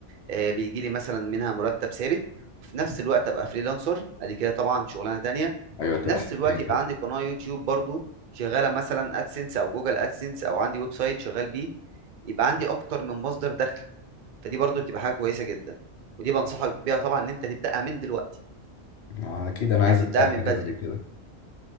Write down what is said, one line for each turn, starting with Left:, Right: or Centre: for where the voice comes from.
Right: آه، بيجي لي مثلا منها مرتب ثابت وفي نفس الوقت ابقى فريلانسر ادي كده طبعا شغلانه تانية
Left: ايوه
Right: وفي
Left: تبقى
Right: نفس
Left: حاجتين
Right: الوقت
Left: كده
Right: يبقى عندي قناه يوتيوب برضو شغاله مثلا ادسنس او جوجل ادسنس او عندي ويب سايت شغال بيه يبقى عندي اكتر من مصدر دخل فدي برضو بتبقى حاجه كويسه جدا ودي بنصحك بيها طبعا ان انت تبداها من دلوقتي
Left: آه، اكيد انا عايز
Right: يعني
Left: ابدا
Right: تبداها من
Left: حاجه
Right: بدري
Left: زي كده